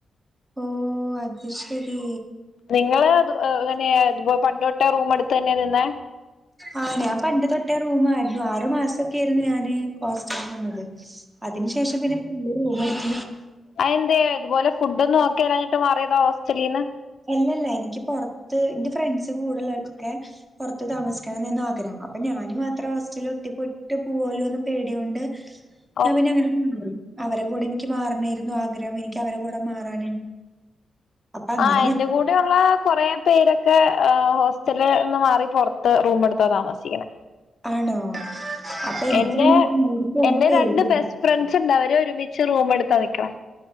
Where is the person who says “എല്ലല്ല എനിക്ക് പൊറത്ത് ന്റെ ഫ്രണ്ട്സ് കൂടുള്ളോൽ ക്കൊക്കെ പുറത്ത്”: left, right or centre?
Right